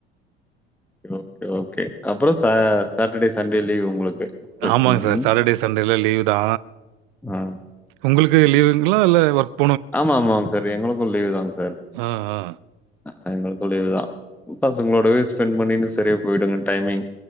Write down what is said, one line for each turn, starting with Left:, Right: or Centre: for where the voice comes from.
Centre: ஓகே ஓகே அப்றோ சா சாட்டடே சண்டே லீவ் உங்களுக்கு பிரச்சன
Right: ஆமாங்க சார்
Centre: ம்
Right: சாட்டடே சண்டேல லீவு தா
Centre: ஆ
Right: உங்களுக்கு லீவுங்களா இல்ல ஒர்க்
Centre: ஆமா ஆமாங்க சார் எங்களுக்கு லீவு தா சார்
Right: ஆ, ஆ.
Centre: அ எங்குளுக்கு லீவுதா பசங்களோடவே ஸ்பெண் பண்ணிண்ட்டு செரியா போயிடுங்க டைமிங்.